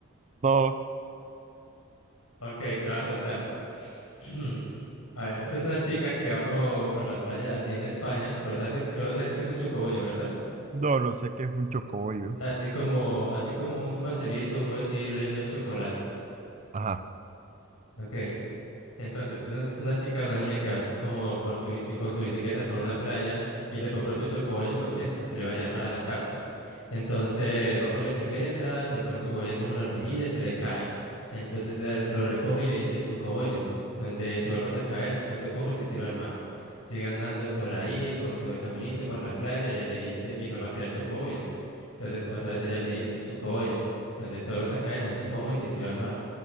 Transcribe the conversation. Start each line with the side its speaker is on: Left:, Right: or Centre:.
Right: No.
Left: Ok, te lo voy a contar. <clears throat> A ver, esta es una chica que va por, por las playas así en España, pero sabes, que- primero sabes que es un chocobollo, ¿verdad?
Right: No, lo sé que es un chocobollo.
Left: Así como, así como un pastelito, un bollo así relleno de chocolate.
Right: Ajá.
Left: Ok. Entonces, es una chica, una niña que va s- como por su, bici- con su bicicleta por una playa y se compró su chocobollo contenta, se lo iba a llevar para la casa. Entonces va por la bicicleta, se pone el chocobollo ahí como en la rejilla y se le cae. Entonces la- lo recoge y le dice, chocobollo, donde te vuelvas a caer, no te como y te tiro al mar. Sigue andando por ahí, por todo el caminito, por la playa, ella le dice, y se vuelve a caer el chocobollo. Entonces otra vez ella le dice, chocobollo, donde te vuelvas a caer, no te como y te tiro al mar.